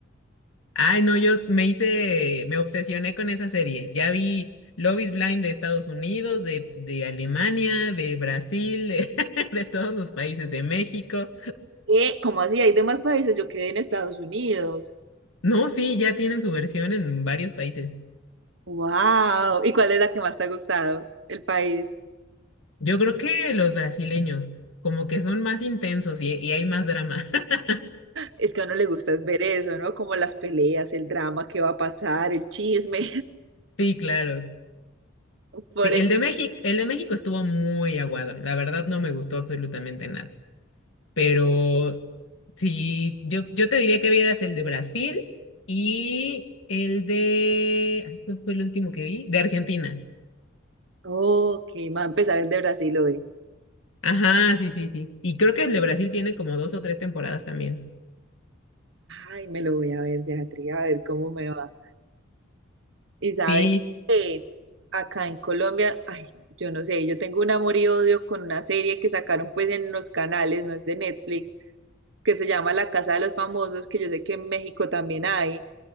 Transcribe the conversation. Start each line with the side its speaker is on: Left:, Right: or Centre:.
Left: Ay, no, yo me hice, me obsesioné con esa serie. Ya vi Love is Blind de Estados Unidos, de, de Alemania, de Brasil, de, <laughs> de todos los países, de México.
Right: ¿Qué? ¿Cómo así? Hay demás países. Yo quedé en Estados Unidos.
Left: No, sí, ya tienen su versión en varios países.
Right: ¡Wow! ¿Y cuál es la que más te ha gustado? El país.
Left: Yo creo que los brasileños, como que son más intensos y y hay más drama. <laughs>
Right: Es que a uno le gusta es ver eso, ¿no? Como las peleas, el drama que va a pasar, el chisme.
Left: Sí, claro.
Right: <laughs> Por
Left: Sí,
Right: eso.
Left: el de México, el de México estuvo muy aguado. La verdad no me gustó absolutamente nada. Pero sí, yo, yo te diría que vieras el de Brasil y el de... ay, ¿cuál fue el último que vi? De Argentina.
Right: Ok, me va a empezar el de Brasil hoy.
Left: Ajá, sí, sí, sí. Y creo que el de Brasil tiene como dos o tres temporadas también.
Right: Ay, me lo voy a ver, Beatriz, a ver cómo me va. Y sabes
Left: Sí.
Right: que acá en Colombia, ay, yo no sé, yo tengo un amor y odio con una serie que sacaron pues en los canales, no es de Netflix, que se llama La Casa de los Famosos, que yo sé que en México también hay.